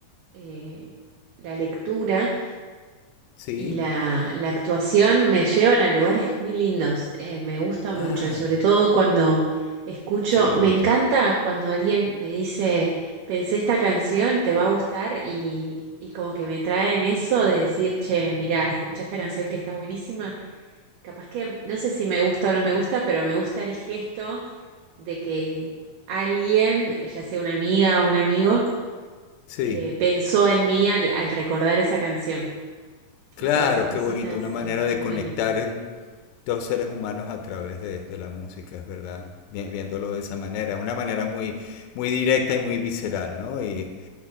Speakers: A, on the right (about 75°); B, on the left (about 80°).
A: eh, la lectura.
B: sí.
A: Y la, la actuación me llevan a lugares muy lindos, eh, me gusta mucho
B: Ah,
A: y sobre todo cuando escucho,
B: qué bonito.
A: me encanta cuando alguien me dice, pensé esta canción, te va a gustar y, y como que me traen eso de decir, che, mirá, escucha esta canción que está buenísima, capaz que no sé si me gusta o no me gusta, pero me gusta el gesto de que alguien, ya sea una amiga o un amigo,
B: Sí,
A: eh, pensó en mí al al recordar esa canción.
B: claro,
A: O sea, esas cositas
B: qué bonito, una
A: eh,
B: manera
A: son
B: de conectar
A: muy lindas.
B: dos seres humanos a través de, de la música, es verdad, viéndolo de esa manera. Es una manera muy, muy directa y muy visceral, ¿no? Y